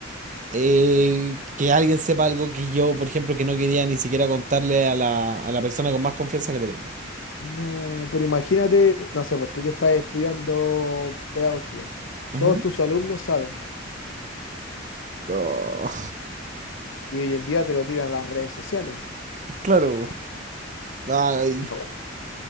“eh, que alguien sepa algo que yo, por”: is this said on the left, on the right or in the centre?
Right